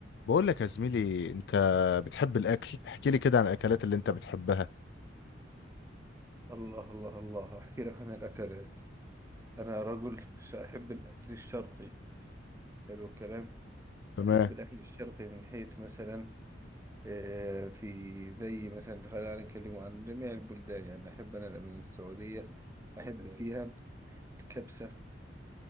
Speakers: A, on the left; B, on the right.
A: بقول لك يا زميلي انت بتحب الاكل احكي لي كده عن الاكلات اللي انت بتحبها
B: الله الله الله أحكي لك عن الأكلات أنا رجل ش- أحب الأكل الشرقي حلو الكلام
A: تمام
B: أحب الأكل الشرقي من حيث مثلا آه، في زي مثلا خلينا نتكلم عن جميع البلدان يعني أحب أنا من السعودية أحب فيها الكبسة